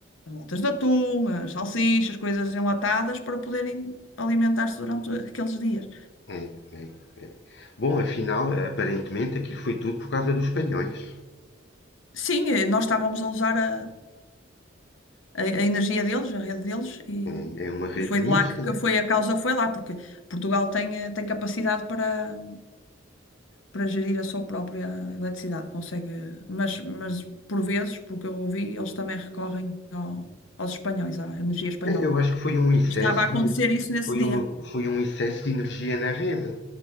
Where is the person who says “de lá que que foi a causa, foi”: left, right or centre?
Left